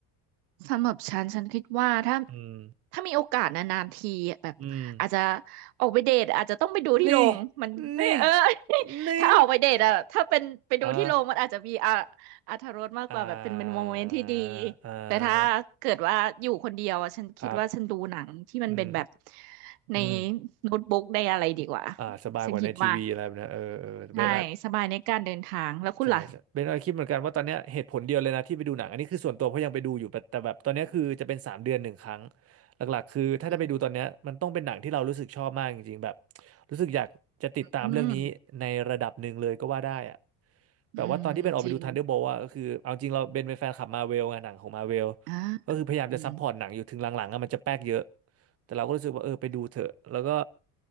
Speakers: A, on the right; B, on the right.
A: สำหรับฉันฉันคิดว่าถ้า
B: อืม
A: ถ้ามีโอกาสนานๆทีแบบอาจจะ
B: อืม
A: ออกไปเดทอาจจะต้องไปดูที่โรงมันเอ้ยเออ
B: นี่นี่นี่
A: <laughs> ถ้าออกไปเดทอะถ้าเป็นไปดูที่โรงมันอาจจะมีอะ
B: อ่า
A: อรรถรสมากกว่าแบบเป็นเป็นโมเมนต์ที่ดี
B: อ่าอ่า
A: แต่ถ้าเกิดว่าอยู่คนเดียวอะฉันคิดว่าฉันดูหนังที่มันเป็นแบบ
B: ครับอืม
A: ใน
B: อืม
A: โน้ตบุ๊กได้อะไรดีกว่า
B: อ่าสบายกว่าในทีวีอะไรแบบเนี้ยเออเออเบนอะ
A: ฉันคิดว่าใช่สบายในการเดินทางแล้วคุณล่ะ
B: ใช่ใช่เบนอะคิดเหมือนกันว่าตอนเนี้ยเหตุผลเดียวเลยนะที่ไปดูหนังอันนี้คือส่วนตัวเพราะยังไปดูอยู่แต่แต่แบบตอนเนี้ยคือจะเป็นสามเดือนหนึ่งครั้งหลักๆคือถ้าได้ไปดูตอนเนี้ยมันต้องเป็นหนังที่เรารู้สึกชอบมากจริงๆแบบ
A: อืม
B: รู้สึกอยากจะติดตามเรื่องนี้ในระดับหนึ่งเลยก็ว่าได้อะ
A: อืม
B: แบบว่าตอนที่เบนออกไปดู
A: อืมจริง
B: Thunderbolt อะก็คือเอาจริงเราเบนเป็นแฟนคลับมาเวลไงหนังของมาเวล
A: อ่า
B: ก็คือพยายามจะซัพพอร์ตหนังอยู่ถึงหลังๆอะมันจะแป๊กเยอะ
A: อืม
B: แต่เราก็รู้สึกว่าเออไปดูเถอะแล้วก็